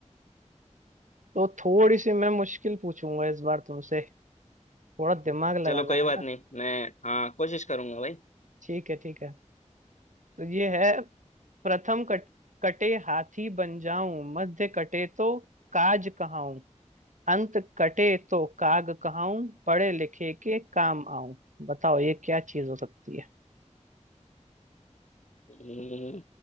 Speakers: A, on the right; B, on the left.
A: तो थोड़ी सी मैं मुश्किल पूछूंगा इस बार तुमसे थोड़ा दिमाग लगाना
B: चलो कोई बात
A: है ना
B: नहीं मैं हाँ कोशिश करूंगा भाई
A: ठीक है ठीक है तो ये है प्रथम कट, कटे हाथी बन जाऊं मध्य कटे तो काज कहाऊं अंत कटे तो काग कहाऊं पढ़े लिखे के काम आऊं बताओ ये क्या चीज हो सकती है
B: हम्म,